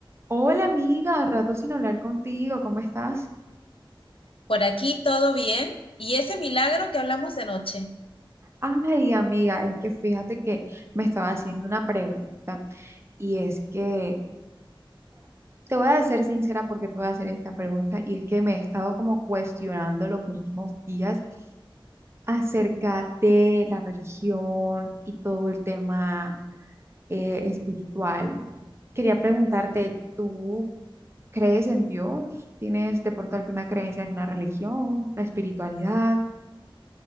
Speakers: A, on the right; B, on the left.
A: Hola amiga, rato sin hablar contigo, ¿cómo estás?
B: Por aquí todo bien. ¿Y ese milagro que hablamos de noche?
A: Ay amiga, es que fíjate que me estaba haciendo una pregunta y es que te voy a ser sincera porque te voy a hacer esta pregunta y es que me he estado como cuestionando los últimos días acerca de la religión y todo el tema eh, espiritual. Quería preguntarte, ¿tú crees en Dios? ¿Tienes de pronto alguna creencia en una religión, la espiritualidad?